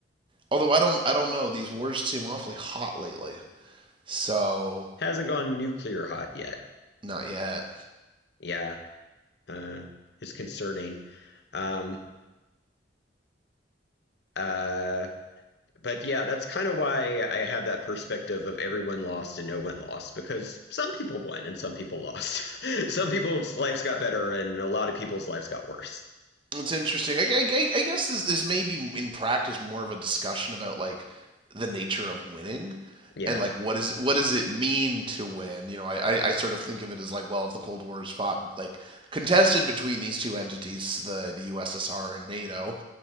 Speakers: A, on the right (about 25°); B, on the left (about 65°).
A: although I don't, I don't know. These wars seem awfully hot lately. So,
B: Hasn't gone nuclear hot yet.
A: not yet.
B: Yeah, Uh, it's concerning. Um, uh, but yeah, that's kind of why I have that perspective of everyone lost and no one lost because some people won and some people lost. <laughs> some people's lives got better and a lot of people's lives got worse.
A: It's interesting. I, I, I guess this this may be in practice more of a discussion about like the nature of winning
B: Yeah,
A: and like what is what does it mean to win? You know, I, I, I sort of think of it as like, well, if the Cold War is fought like contested between these two entities, the the USSR and NATO,